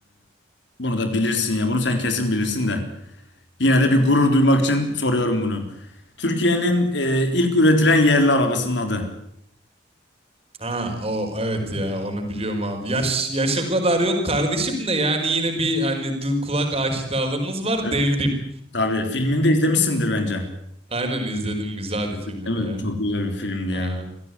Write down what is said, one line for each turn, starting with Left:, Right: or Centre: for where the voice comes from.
Left: bunu da bilirsin ya. Bunu sen kesin bilirsin de. Yine de bir gurur duymak için soruyorum bunu. Türkiye'nin e, ilk üretilen yerli arabasının adı.
Right: Ha, o evet ya onu biliyorum abi. Yaş yaş o kadar yok kardeşim de yani yine bir hani du- kulak aşinalığımız var
Left: Evet.
Right: devrim.
Left: Tabii filmini de izlemişsindir bence.
Right: Aynen izledim güzeldi filmi
Left: Değil
Right: de
Left: mi?
Right: ya.
Left: Çok güzel bir filmdi
Right: Aynen.
Left: ya.